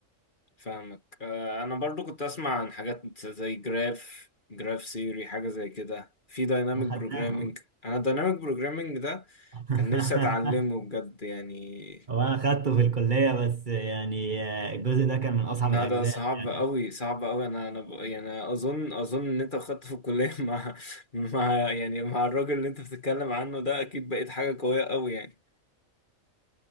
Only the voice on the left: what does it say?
فاهمك آه، انا برضو كنت اسمع عن حاجات زي جراف جراف سيوري حاجه زي كده في دايناميك
بروجرامينج
انا الدايناميك بروجرامينج ده كان
نفسي اتعلمه بجد يعني
لا
ده صعب
قوي صعب قوي انا انا ب... يعني اظن اظن ان انت خدت في الكليه <laughs> مع مع يعني مع الراجل اللي انت بتتكلم عنه ده اكيد بقيت حاجه قويه قوي يعني